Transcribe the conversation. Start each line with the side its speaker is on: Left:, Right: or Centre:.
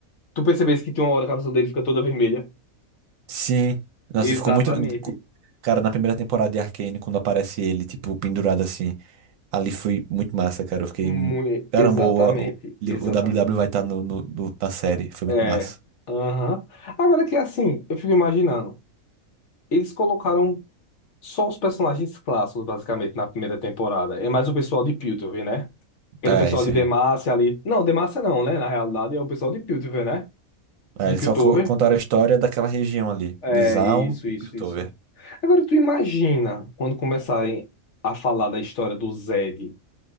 Left: tu percebesse que tem uma hora que a visão dele fica toda vermelha?
Right: Sim. Nossa,
Left: Exatamente.
Right: e ficou muito. Cara, na primeira temporada de Arcane, quando aparece ele, tipo, pendurado assim, ali foi muito massa, cara. Eu fiquei.
Left: Mu-
Right: Caramba,
Left: Exatamente,
Right: o, o
Left: exatamente.
Right: o W W vai estar no, no- no- na série. Foi muito
Left: É.
Right: massa.
Left: Aham. Agora que assim, eu fico imaginando. Eles colocaram só os personagens clássicos, basicamente, na primeira temporada. É mais o pessoal de Piltover, né? Aquele
Right: É,
Left: pessoal
Right: isso
Left: de
Right: aí.
Left: Demacia ali. Não, Demacia não, né? Na realidade, é o pessoal de Piltover, né?
Right: É,
Left: De
Right: eles
Left: Piltover.
Right: só co- contaram a história daquela região ali,
Left: É,
Right: de Zaun
Left: isso,
Right: e
Left: isso,
Right: Piltover.
Left: isso. Agora tu imagina quando começarem a falar da história do Zed,